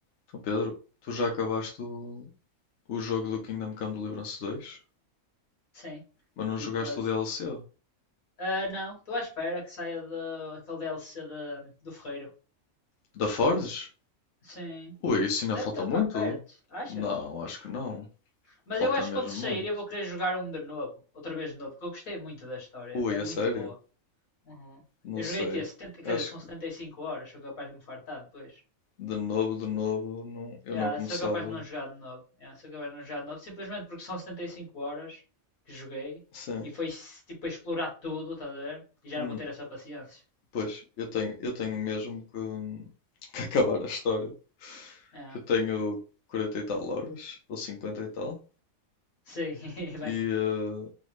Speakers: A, on the left; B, on the left.
A: Então, Pedro, tu já acabaste o, o jogo do Kingdom Come Deliverance 2,
B: Sim.
A: mas não jogaste
B: E tu as.
A: o DLC?
B: Ah, não, estou à espera que saia de, aquele DLC de, do Ferreiro.
A: Da Forge?
B: Sim.
A: Ui, isso ainda
B: Deve
A: falta
B: estar
A: muito?
B: para perto, achas?
A: Não, acho que não.
B: Mas
A: Falta
B: eu acho
A: mesmo
B: que quando sair
A: muito.
B: eu vou querer jogar um de novo, outra vez de novo, porque eu gostei muito da história,
A: Ui,
B: é
A: a
B: muito
A: sério?
B: boa. Uhum.
A: Não
B: Eu joguei
A: sei.
B: até 70, quer
A: Acho
B: dizer, são 75
A: que
B: horas, sou capaz de me fartar depois.
A: de novo, de novo, não, eu
B: Yeah,
A: não começava.
B: sou capaz de não jogar de novo. Yeah, sou capaz de não jogar de novo, simplesmente porque são 75 horas que joguei
A: Sim.
B: e foi tipo a explorar tudo, estás a ver? E já
A: Hum,
B: não vou ter essa paciência.
A: pois, eu tenho, eu tenho mesmo que, hum, <laughs> que acabar a história.
B: É.
A: Que eu tenho 40 e tal horas, ou 50 e tal,
B: Sim, <laughs> vai.
A: e,